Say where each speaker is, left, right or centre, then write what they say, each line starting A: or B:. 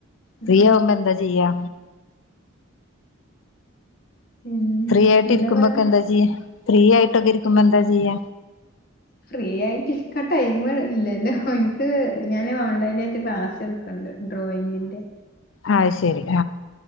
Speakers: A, on the left; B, on the left.
A: ഫ്രീ
B: ഉം ഉം
A: ആവുമ്പോ എന്താ ചെയ്യാ
B: പിന്നെ
A: ഫ്രീയായിട്ട്
B: എന്താ
A: ഇരിക്കുമ്പൊക്കെ
B: പറയണെ
A: എന്താ ചെയ്യാ ഫ്രീ ആയിട്ടൊക്കെ ഇരികുമ്പം എന്ത ച്ചെയ്യ
B: ഫ്രീയായിട്ട് ഇരിക്കാ ടൈമ് ഇല്ലലോ ഇൻക്ക് ഞാന് ഓൺലൈനായിട്ട് ക്ലാസ്സ്‌ എടുക്ക്ണ്ട് ഡ്രോയിങ്ങിന്റെ
A: അയ്‌ ശരി